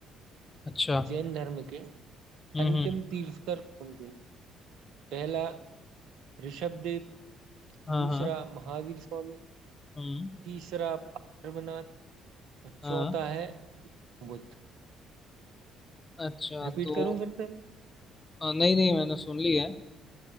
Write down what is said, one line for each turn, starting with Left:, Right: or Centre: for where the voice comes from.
Left: अच्छा
Right: जैन धर्म के
Left: हम्म
Right: अंतिम
Left: हम्म
Right: तीर्थकर कौन थे पहला ऋषभदेव
Left: हाँ
Right: दूसरा
Left: हाँ
Right: महावीर स्वामी
Left: हम्म
Right: तीसरा पार्वनाथ और
Left: हाँ
Right: चौथा है बुद्ध
Left: अच्छा
Right: रिपीट
Left: तो
Right: करूं फिर से
Left: अ, नहीं नहीं मैंने सुन लिया है